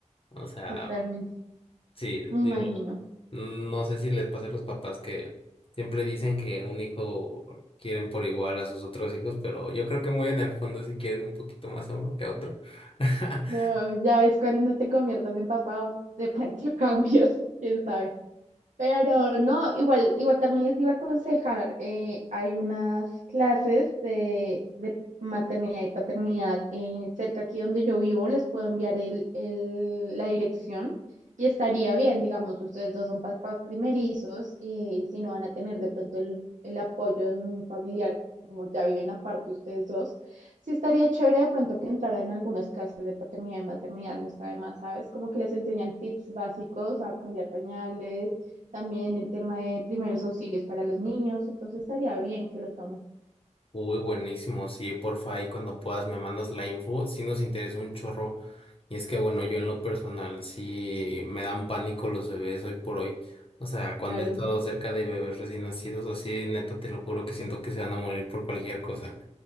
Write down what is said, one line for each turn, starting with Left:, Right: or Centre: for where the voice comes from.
Left: O sea,
Right: totalmente.
Left: sí,
Right: Me
Left: digo,
Right: imagino.
Left: no sé si les pasa a los papás que siempre dicen que un hijo quieren por igual a sus otros hijos, pero yo creo que muy en el fondo sí quieren un poquito más a uno que a otro. <laughs>
Right: No, ya ves cuando te conviertas en papá, o de pronto cambios, <laughs> quién sabe. Pero no, igual, igual también les iba a aconsejar, eh, hay unas clases de, de maternidad y paternidad eh, cerca aquí donde yo vivo, les puedo enviar el, el- la dirección y estaría bien, digamos, ustedes dos son papás primerizos y si no van a tener de pronto el, el apoyo de un familiar, como ya viven aparte ustedes dos, sí estaría chévere de pronto que entraran en algunas clases de paternidad y maternidad, no está de más, ¿sabes? Como que les enseñan tips básicos a cambiar pañales también el tema de primeros auxilios para los niños, entonces estaría bien que lo tome.
Left: Uy, buenísimo. Sí, porfa, ahí cuando puedas me mandas la info. Sí nos interesa un chorro. Y es que, bueno, yo en lo personal sí me dan pánico los bebés hoy por hoy. O sea, cuando
Right: Claro.
Left: he estado cerca de bebés recién nacidos, así, neta, te lo juro que siento que se van a morir por cualquier cosa.